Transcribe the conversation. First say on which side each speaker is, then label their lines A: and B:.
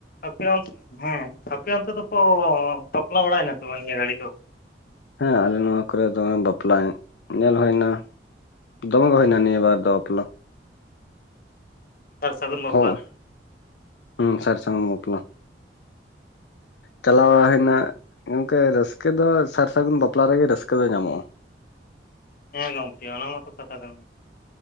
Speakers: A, on the left; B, on the left.
A: ᱟᱯᱮ ᱚᱱ ᱦᱮᱸ ᱟᱯᱮ ᱚᱱᱛᱮ ᱫᱚᱠᱚ ᱵᱟᱯᱞᱟ ᱵᱟᱲᱟᱭᱮᱱᱟ ᱥᱮ ᱵᱟᱝ ᱱᱤᱭᱟ ᱜᱟᱹᱲᱤ ᱫᱚ,
B: ᱦᱮᱸ ᱟᱞᱮ ᱱᱚᱣᱟ ᱠᱚᱨᱮ ᱫᱚ ᱵᱟᱯᱞᱟ ᱧᱮᱞ ᱦᱳᱭᱱᱟ ᱾ ᱫᱚᱢᱮᱜᱮ ᱦᱳᱭᱱᱟ‌ ᱱᱤᱭᱟᱹ ᱵᱟᱨ ᱫᱚ ᱵᱟᱯᱞᱟ,
A: ᱥᱟᱨ ᱥᱟᱹᱜᱩᱱ ᱵᱟᱯᱞᱟ,
B: ᱦᱚᱸ ᱦᱩᱸ ᱥᱟᱨ ᱥᱟᱹᱜᱩᱱ ᱵᱟᱯᱞᱟ ᱪᱟᱞᱟᱣ ᱦᱮᱱᱟ, ᱜᱚᱝᱠᱮ ᱨᱟᱹᱥᱠᱟᱹ ᱫᱚ ᱥᱟᱨ ᱥᱟᱹᱜᱩᱱ ᱵᱟᱯᱞᱟ ᱨᱮᱜᱮ ᱨᱟᱹᱥᱠᱟᱹ ᱫᱚ ᱧᱟᱢᱚᱜᱼᱟ ᱾
A: ᱦᱮᱸ ᱜᱚᱝᱠᱮ ᱚᱱᱟ ᱢᱟᱛᱚ ᱠᱟᱛᱷᱟ ᱠᱟᱱᱟ ᱾